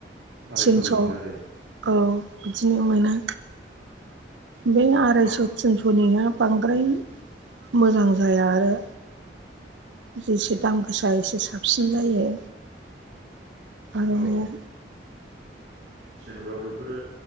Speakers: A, on the right; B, on the right.
A: आरायस'नि
B: थिनस'
A: मोनो आरो
B: औ बिदिनो मोनो बे आरायस'
A: मा
B: थिनस'निया बांद्राय मोजां जाया आरो। जेसे दाम गोसा एसे साबसिन जायो। आर'नाया
A: औ जेनेबा बेफोरो